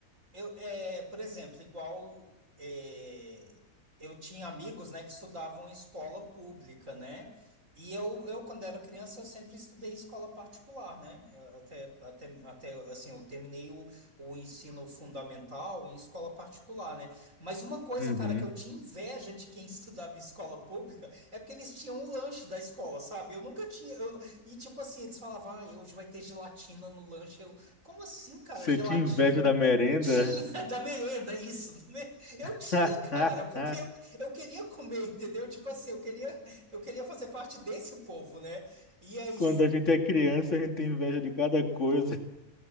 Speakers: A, on the right; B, on the left.
A: Eu, é, por exemplo, igual é, eu tinha amigos, né, que estudavam em escola pública, né? E eu, eu, quando era criança, eu sempre estudei em escola particular, né? Eu Até, até, até assim, eu terminei o, o ensino fundamental em escola particular, né? Mas uma coisa,
B: Uhum.
A: cara, que eu tinha inveja de quem <laughs> estudava em escola pública é porque eles tinham o lanche da escola, sabe? Eu nunca tinha. eu- e tipo assim, eles falavam, ah, hoje vai ter gelatina no lanche. Eu, como assim, cara,
B: Você
A: gelatina?
B: tinha inveja da merenda?
A: Tinha <laughs> da merenda, isso. do me- Eu
B: <laughs>
A: tinha, cara, porque eu, eu queria comer, entendeu? Tipo assim, eu queria, eu queria fazer parte desse povo, né? E aí,
B: Quando a gente é criança, a gente tem inveja de cada coisa.